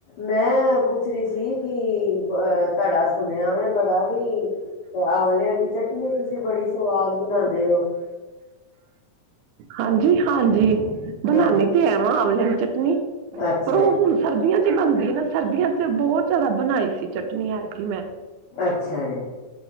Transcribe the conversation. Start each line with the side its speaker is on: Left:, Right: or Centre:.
Left: ਮੈਂ ਪੁੱਛ ਰਹੀ ਸੀ ਕਿ ਅ ਤੁਹਾਡਾ ਸੁਣਿਆ ਮੈਂ ਬੜਾ ਵੀ ਤੇ ਆਂਵਲਿਆਂ ਦੀ ਚਟਨੀ ਤੁਸੀਂ ਬੜੀ ਸਵਾਦ ਬਣਾਂਦੇ ਹੋ।
Right: ਹਾਂਜੀ- ਹਾਂਜੀ ਬਣਾਨੀ
Left: ਹਾਂਜੀ।
Right: ਤੇ ਐ ਵਾਂ ਆਂਮਲਿਆ ਚਟਨੀ
Left: ਅੱਛਾ
Right: ਪਰ ਉਹ
Left: ਜੀ,
Right: ਹੁਣ ਸਰਦੀਆਂ 'ਚ ਬਣਦੀ ਨਾ ਸਰਦੀਆਂ 'ਚ ਬਹੁਤ ਜ਼ਿਆਦਾ ਬਣਾਈ ਸੀ ਚਟਨੀ ਐਰਕੀ ਮੈਂ
Left: ਅੱਛਾ ਜੀ